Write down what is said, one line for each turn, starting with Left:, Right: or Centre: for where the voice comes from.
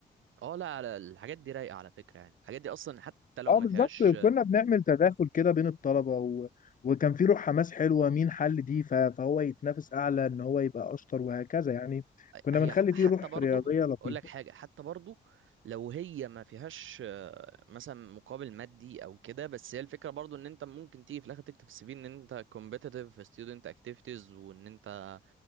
Right: اه لا على الحاجات دي رايقه على فكره يعني الحاجات دي اصلا حتى لو
Left: اه
Right: ما
Left: بالظبط
Right: فيهاش
Left: كنا بنعمل تداخل كده بين الطلبة و... وكان في روح حماس حلوة مين حل دي ف... فهو يتنافس أعلى إن هو يبقى أشطر وهكذا يعني كنا
Right: هي
Left: بنخلي
Right: ح- حتى
Left: فيه روح
Right: برضه
Left: رياضية لطيفة
Right: اقول لك حاجه حتى برضه لو هي ما فيهاش آه، مثلا مقابل مادي او كده بس هي الفكره برضه ان انت ممكن تيجي في الاخر تكتب في السي في ان انت كومبيتيتيف في ستودنت اكتيفيتيز وان انت